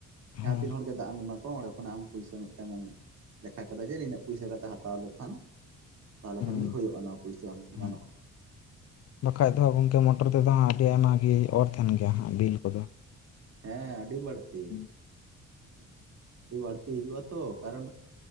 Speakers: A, on the left; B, on the right.
A: ᱦᱳᱭ
B: ᱡᱟᱦᱟᱸ ᱛᱤᱱ ᱦᱚᱲ ᱡᱮ ᱫᱟᱜ ᱮᱢ ᱮᱢᱟ ᱠᱚᱣᱟ ᱚᱸᱰᱮ ᱠᱷᱚᱱᱟᱜ ᱟᱢ ᱯᱩᱭᱥᱟ ᱢᱤᱫᱴᱟᱝ ᱮᱢ ᱞᱮᱠᱷᱟ ᱠᱮᱫᱟ ᱡᱮ ᱱᱤᱱᱟᱹᱜ ᱯᱩᱭᱥᱟᱹ ᱠᱟᱛᱮ ᱦᱟᱛᱟᱣ ᱞᱮᱠᱷᱟᱱ ᱛᱟᱦᱚᱞᱮ
A: ᱦᱩᱸ
B: ᱠᱷᱟᱱ ᱜᱮ ᱦᱩᱭᱩᱜᱼᱟ ᱱᱚᱣᱟ ᱯᱩᱭᱥᱟᱹ ᱮᱢ
A: ᱦᱳᱭ
B: ᱜᱟᱱᱚᱜᱼᱟ᱾
A: ᱵᱟᱠᱷᱟᱡ ᱫᱚ ᱜᱚᱝᱠᱮ ᱢᱚᱴᱚᱨ ᱛᱮᱫᱚ ᱦᱟᱸᱜ ᱟᱹᱰᱤ ᱟᱭᱢᱟ ᱜᱮ ᱚᱨ ᱛᱟᱦᱮᱱ ᱜᱮᱭᱟ ᱦᱟᱸᱜ ᱵᱤᱞ ᱠᱚᱫᱚ᱾
B: ᱦᱮᱸ ᱟᱹᱰᱤ ᱵᱟᱹᱲᱛᱤ
A: ᱦᱩᱸ
B: ᱦᱮᱸ ᱟᱹᱰᱤ ᱵᱟᱹᱲᱛᱤ᱾ ᱛᱤ ᱦᱤᱡᱩᱜ ᱟ ᱛᱚ ᱠᱟᱨᱚᱱ